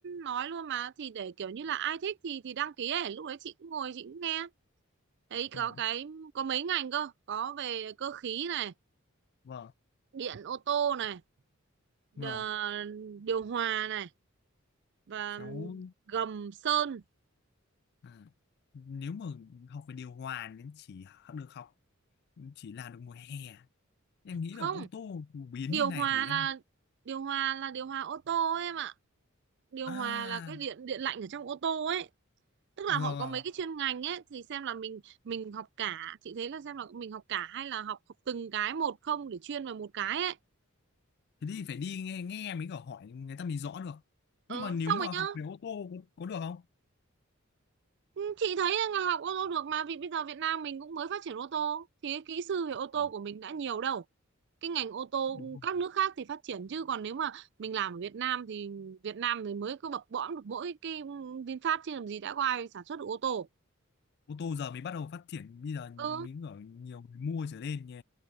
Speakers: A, on the right; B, on the left.
A: nói luôn mà thì để kiểu như là ai thích thì thì đăng ký ấy, lúc đấy chị cũng ngồi chị cũng nghe. Thấy
B: vâng,
A: có cái có mấy ngành cơ, có về cơ khí này,
B: vâng,
A: điện ô tô này, đờ-
B: vâng.
A: điều hòa này và
B: Khéo
A: gầm sơn
B: À, nếu mà học về điều hòa nên chỉ được học chỉ làm được mùa hè à? em nghĩ
A: không
B: là ô tô phổ biến
A: điều
B: như này
A: hòa
B: thì em
A: là điều hòa là điều hòa ô tô ấy em ạ điều
B: à
A: hòa là cái điện điện lạnh ở trong ô tô ấy tức là
B: ờ,
A: họ có mấy cái chuyên ngành ấy thì xem là mình mình học cả chị thấy là xem là mình học cả hay là học học từng cái một không để chuyên vào một cái ấy
B: thế thì phải đi nghe nghe mới có hỏi người ta mới rõ được
A: ờ
B: nhưng mà nếu
A: xong
B: mà
A: rồi nhá
B: học về ô tô có, có được không
A: Ừ, Chị thấy là ngành học ô tô được mà vì bây giờ Việt Nam mình cũng mới phát triển ô tô thì cái kỹ sư về ô
B: Ờ,
A: tô của mình đã nhiều đâu cái ngành ô tô
B: đúng rồi.
A: các nước khác thì phát triển chứ còn nếu mà mình làm ở Việt Nam thì Việt Nam thì mới có bập bõm được mỗi cái VinFast chứ làm gì đã có ai sản xuất được ô tô
B: ô tô giờ mới bắt đầu phát triển bây giờ mới
A: ừ
B: ở nhiều người mua trở lên nhỉ